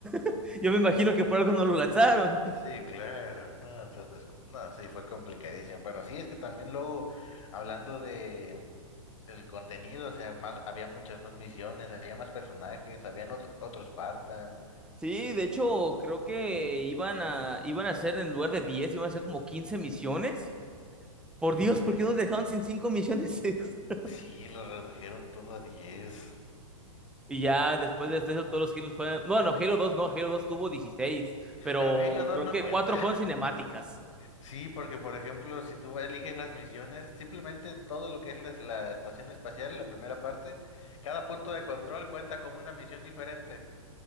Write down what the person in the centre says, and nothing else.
<laughs> Yo me imagino que por algo no lo lanzaron.
Sí, de hecho, creo que iban a, iban a hacer en lugar de 10 iban a hacer como 15 misiones. Por Dios, ¿por qué nos dejaban sin 5 misiones <laughs> extra?
Y ya después de esto, todos los Halo fueron. Bueno, Halo 2 no, Halo 2 tuvo 16, pero
creo
que
4 fueron cinemáticas.